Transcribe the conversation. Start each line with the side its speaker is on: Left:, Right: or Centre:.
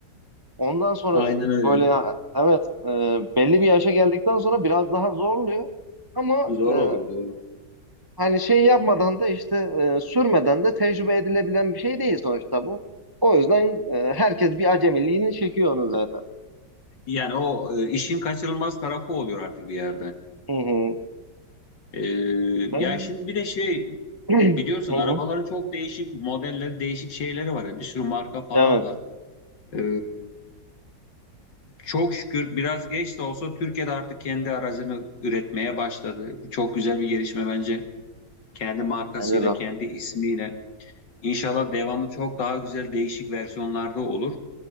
Right: Ondan sonra
Left: Aynen
Right: böyle
Left: öyle.
Right: ha, evet e, belli bir yaşa geldikten sonra biraz daha zorluyor. Ama
Left: Zor
Right: e,
Left: oluyor doğru.
Right: hani şey yapmadan da işte e, sürmeden de tecrübe edilebilen bir şey değil sonuçta bu. O yüzden e, herkes bir acemiliğini çekiyor onu zaten.
Left: Yani o e, işin kaçınılmaz tarafı oluyor artık bir yerde.
Right: Hı hı.
Left: Ee,
Right: Ben...
Left: ya şimdi bir de şey
Right: <clears throat>
Left: biliyorsun
Right: Hı
Left: arabaların
Right: hı.
Left: çok değişik modelleri, değişik şeyleri var ya. Bir sürü marka falan
Right: Evet.
Left: var. Ee, Çok şükür biraz geç de olsa Türkiye'de artık kendi aracını üretmeye başladı. Çok güzel bir gelişme bence. Kendi markasıyla,
Right: Bence de.
Left: kendi ismiyle. İnşallah devamı çok daha güzel değişik versiyonlarda olur.